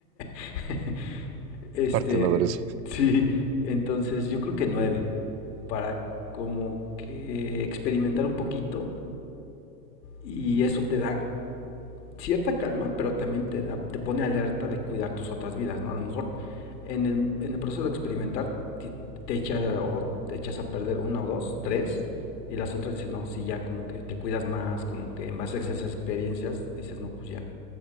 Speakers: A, on the left; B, on the right.
A: <laughs> Este,
B: Partiendo por eso,
A: sí, entonces yo creo que nueve. Para como que experimentar un poquito. Y eso te da cierta calma, pero también te, da, te pone alerta de cuidar tus otras vidas, ¿no? A lo mejor en el, en el proceso de experimentar te, te echa, o te echas a perder una o dos, tres, y las otras dicen, no, sí, ya como que te cuidas más, como que en base a esas experiencias dices, no, pues ya,